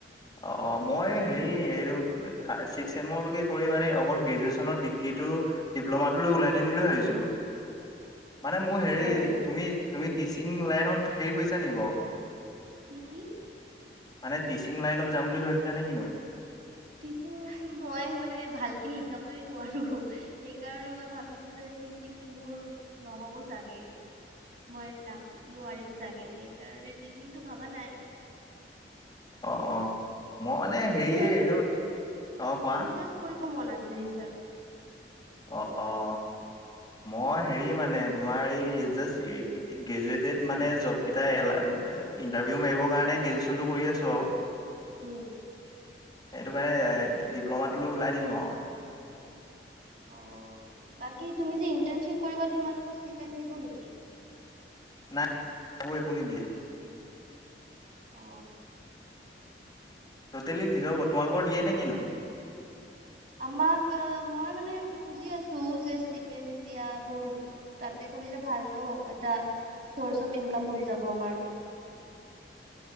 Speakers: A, on the left (about 20°); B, on the right (about 50°).
A: অ অ মই হেৰি এইটো ছিক্স চেমলৈকে কৰি মানে অকল গ্ৰেজুৱেশ্যনৰ ডিগ্ৰী টো ডিপ্ল'মাটো লৈ ওলাই দিম বুলি ভাবিছো
B: <unintelligible>
A: মানে মোৰ হেৰি
B: অ
A: তুমি তুমি টিচিং লাইনত হেৰি কৰিছা নেকি বাৰু
B: কি কি
A: মানে টিচিং লাইনত যাম বুলি ভাবিছা নে কিনো
B: টিচিং লাইন মই মানে ভালকে শিকাবই নোৱাৰো সেইকাৰণে মই ভাবিছিলো যে টিচিংটো মোৰ নহ'ব চাগে মই না নোৱাৰিম চাগে সেইকাৰণে টিচিংটো ভবা নাই
A: অ অ মই মানে হেৰি
B: ৰিচাৰ্চ
A: এইটো অ কোৱা
B: ৰিচাৰ্চ কৰিব মন আছে ৰিচাৰ্জ
A: অ অ
B: <unintelligible>
A: মই হেৰি মানে তোমাৰ এই জাষ্ট এই গ্ৰেজুৱেটেড মানে জব কেইটা এলাহ ইণ্টাৰভিউ মাৰিবৰ কাৰণে গ্ৰেজুৱেশচনটো কৰি আছো আও
B: উম
A: সেইটো কাৰণে ডিপ্ল'মাটোলৈ ওলাই দিম আও
B: অ বাকী তুমি যে ইণ্টাৰ্নশ্বিপ কৰিবা তোমালোকৰ ষ্টিপেণ্ট দিব নেকি
A: নাই সেইবোৰ একো নিদিয়ে
B: অ
A: টটেলি নিজৰ তোমালোকৰ দিয়ে নে কিনো।
B: আমাক মই মানে খুজি আছো যে ষ্টিপেন দিয়া বোৰ তাতে কৰিলে ভাল ন এটা চৰ্চ অফ ইনকাম হৈ যাব আমাৰ।